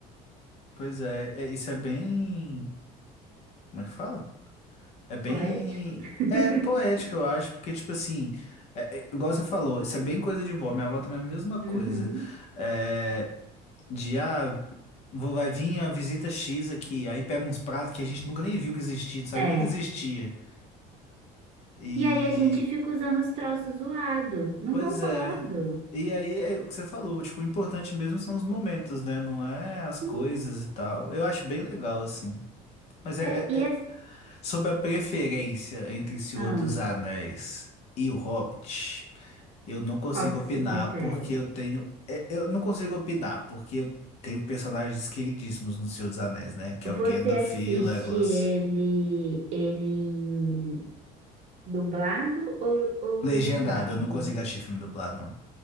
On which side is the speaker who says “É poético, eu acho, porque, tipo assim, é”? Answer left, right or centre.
Left